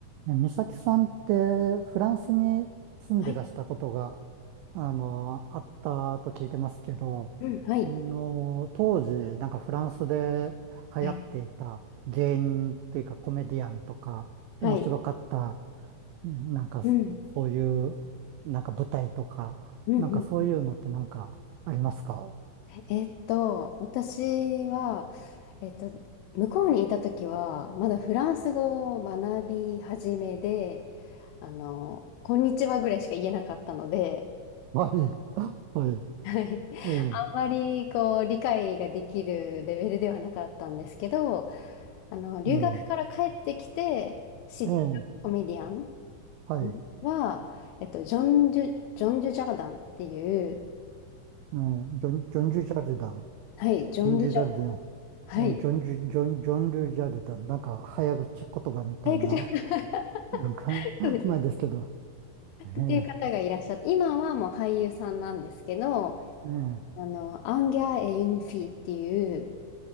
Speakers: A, on the right (about 85°); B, on the left (about 80°).
A: え美咲さんってフランスに住んでらしたことが、
B: はい。
A: あの、あったと聞いてますけど、
B: うん、はい。
A: あの、当時、なんかフランスで流行っていた芸人というかコメディアンとか、
B: はい。はい。
A: 面白かった、うんなんかそういう、
B: うん。
A: なんか舞台とか、
B: うん。
A: なんかそういうのってなんかありますか
B: うんうん
A: <laughs>
B: えーっと、私は、えーっと、向こうにいた時は、まだフランス語を学び始めで、あの、こんにちはぐらいしか言えなかったので、
A: はい。<laughs> はい。
B: はい。
A: ええ。
B: あんまり、こう、理解ができるレベルではなかったんですけど、あの、留学から帰ってきて知ったコメディアン
A: うん。ええ。はい。
B: は、えっと、ジョンジュ、ジョンジュジャーダンっていう、
A: うん。ジョン、ジョンジュジャルダン。
B: はい、ジョン・
A: ジョンジュジャルダン。
B: ドゥジャン。はい。
A: ジョン、ジョンジュ、ジョン、ジョンルジャルだ。なんか、早口言葉みたいな、
B: 早口が <laughs>
A: なんか、
B: そうですね。
A: 前ですけど。ええ、
B: っていう方がいらっしゃって、今はもう俳優さんなんですけど、
A: ええ、
B: あの、アンギャー・エ・ユンフィっていう、